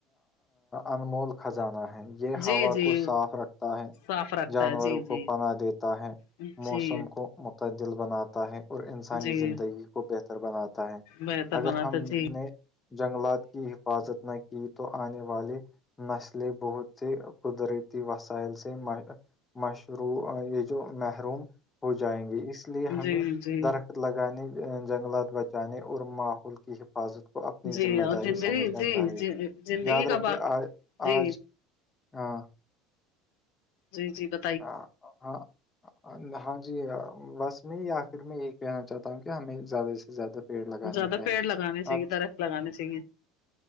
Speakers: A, on the left (about 15°); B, on the left (about 70°).
A: انمول خزانہ ہے یہ ہوا
B: جی جی
A: کو صاف رکھتا ہے
B: صاف رکھتا
A: جانوروں
B: ہے جی
A: کو
B: جی
A: پناہ دیتا ہے
B: جی
A: موسم کو متعدل بناتا ہے اور انسانی
B: جی
A: زندگی کو بہتر بناتا ہے
B: بہتر
A: اگر
B: بناتا
A: ہم
B: جی
A: نے جنگلات کی ح حفاظت نہ کی تو آنے والے نسلیں بہت سے قدرتی وسائل سے مشروع یہ جو محروم ہو جائیں گے اس لیے ہمیں
B: جی جی
A: درخت لگانے جنگلات ب جانے اور ماحول کی حفاظت کو اپنی
B: جی
A: ذمہ
B: اور
A: داری
B: زندگی
A: سمجھنا
B: جی
A: چاہیے
B: جی زندگی
A: یاد
B: کا
A: رکھے
B: باق
A: آج
B: جی
A: آج ہاں
B: جی جی ب
A: ہاں ہاں ہاں جی بس میں آخر میں یہ کہنا چاہتا ہوں کہ ہمیں زیادہ سے زیادہ پیڑ لگانے
B: زیادہ
A: چاہیے
B: پیڑ لگانے س
A: آپ
B: گ درخت لگانانی س گ